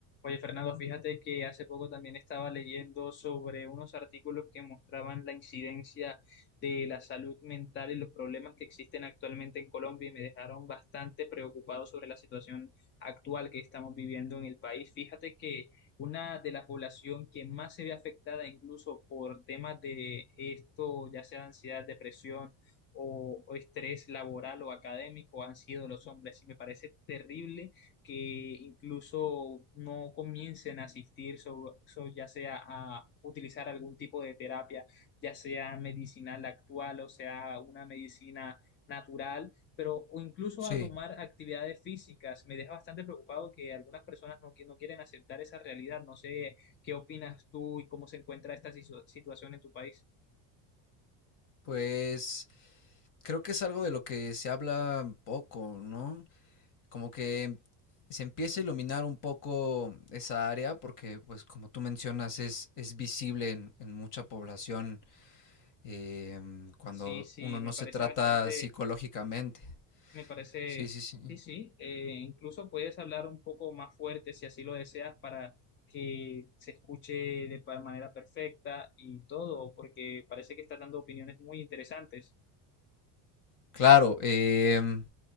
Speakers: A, on the left; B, on the left.
A: Oye, Fernando, fíjate que hace poco también estaba leyendo sobre unos artículos que mostraban la incidencia de la salud mental y los problemas que existen actualmente en Colombia y me dejaron bastante preocupado sobre la situación actual que estamos viviendo en el país. Fíjate que una de la población que más se ve afectada incluso por temas de esto, ya sea ansiedad, depresión o o estrés laboral o académico, han sido los hombres y me parece terrible que incluso no comiencen a asistir, so- so- ya sea a utilizar algún tipo de terapia, ya sea medicinal actual o sea una medicina natural, pero o incluso
B: Sí,
A: a tomar actividades físicas. Me deja bastante preocupado que algunas personas no, qui- no quieren aceptar esa realidad. No sé qué opinas tú y cómo se encuentra esta sisu- situación en tu país.
B: pues creo que es algo de lo que se habla poco, ¿no? Como que se empieza a iluminar un poco esa área porque, pues como tú mencionas, es, es visible en, en mucha población eh, cuando
A: Sí, sí,
B: uno no
A: me
B: se
A: parece
B: trata
A: bastante
B: psicológicamente.
A: Me parece,
B: Sí, sí, sí.
A: sí, sí, eh, incluso puedes hablar un poco más fuerte si así lo deseas para que se escuche de pa- manera perfecta y todo, porque parece que estás dando opiniones muy interesantes.
B: Claro, em,